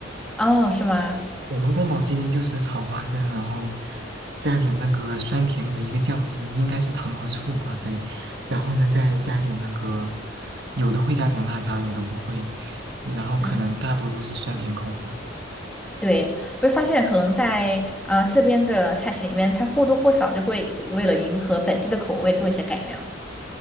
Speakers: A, in the centre; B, on the right.
A: 哦，是吗？
B: 我们宫保鸡丁就是炒花生，然后加点那个酸甜的一个酱汁，应该是糖和醋吧？对，然后呢再加点那个，有的会加点辣椒，有的不会，然后可能大多都是酸甜口的。
A: 嗯，对，我就发现可能在啊、呃这边的菜系里面，它或多或少就会为了迎合本地的口味做一些改良。